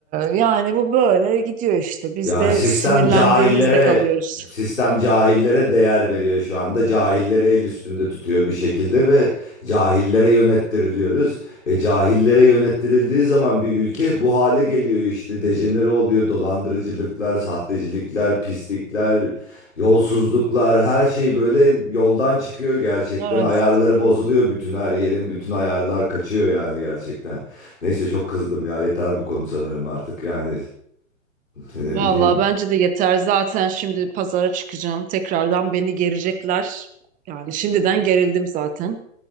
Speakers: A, on the right (about 20°); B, on the left (about 75°).
A: yani bu böyle gidiyor işte. Biz
B: Yani
A: de
B: sistem
A: sinirlendiğimizde
B: cahillere
A: kalıyoruz.
B: sistem cahillere değer veriyor şu anda. Cahilleri el üstünde tutuyor bir şekilde ve cahillere yönettiriliyoruz. E, cahillere yönettirildiği zaman bir ülke bu hale geliyor işte. Dejenere oluyor. Dolandırıcılıklar, sahtecilikler, pislikler, yolsuzluklar her şey böyle yoldan çıkıyor gerçekten.
A: Evet.
B: Ayarları bozuluyor bütün her yerin. Bütün ayarlar kaçıyor yani gerçekten. Neyse çok kızdım ya. Yeter bu konu sanırım artık yani. Ne
A: Vallahi
B: bileyim.
A: bence de yeter. Zaten şimdi pazara çıkacağım. Tekrardan beni gerecekler. Yani şimdiden gerildim zaten.